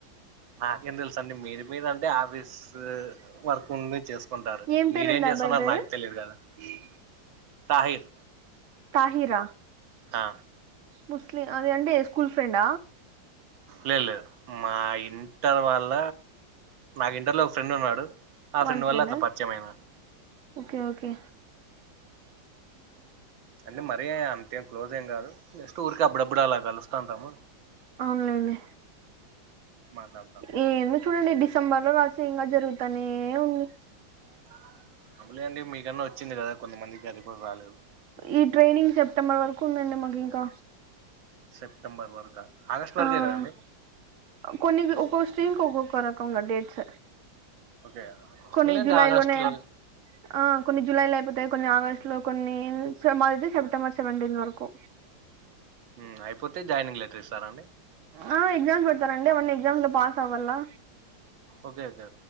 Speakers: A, on the right; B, on the right.
A: నాకేం తెలుస అండి మీరు <unintelligible> అంటే ఆఫీస్ వర్కు ఉండి చేసుకుంటారు,
B: ఏం పేరండి
A: మీరేం
B: ఆ
A: చేస్తున్నారు
B: అబ్బాయి పేరు
A: నాకు తెలియదు కదా <unintelligible>
B: తాహిర
A: ఆ
B: ముస్లి అదే అంటే ఏ స్కూల్ ఫ్రెండ
A: లేదు లేదు మా ఇంటర్ వాళ్ళ, నాకు ఇంటర్లో ఒక ఫ్రెండ్ ఉన్నాడు. ఆ
B: వాళ్ళ ఫ్రెండ్
A: వల్ల అట్లా పరిచయం అయినా
B: ఓకే ఓకే
A: అంటే మరీ అంతేం క్లోజ్ ఏం గాదు జస్ట్ ఊరికే అప్పుడప్పుడు అల కలుస్తంటాము
B: అవునులేండి
A: మాట్లాడతాము
B: ఏందో చూడండి డిసెంబర్ లో రాస్తే ఇంకా జరుగుతనే ఉంది
A: <unintelligible> అండి మీకన్నా వచ్చింది కదా కొంతమందికి అది గూడా రాలేదు
B: ఈ ట్రైనింగ్ సెప్టెంబర్ వరకు ఉందండి మాకు ఇంకా
A: సెప్టెంబర్ వరక ఆ ఆగస్ట్ వరకే
B: ఆ
A: కదండి
B: కొన్ని ఒక్కొ <unintelligible> కి ఒక్కొక్క రకంగా డేట్స్
A: <unintelligible>
B: కొన్ని జూలై
A: ఆగాస్ట్లో
B: లోనే ఆ కొన్ని జులై లో అయిపోతాయి, కొన్ని ఆగస్టు లో కొన్ని సెప్టెంబర్ సెవెంటీన్ వరకు
A: ఊ అయిపోతే జాయినింగ్ లెటర్ ఇస్తారా అండి
B: ఆ ఎగ్జామ్స్ పెడతారండి అవన్ని ఎగ్జామ్ లో పాస్ అవ్వల్లా
A: ఓకే ఓకే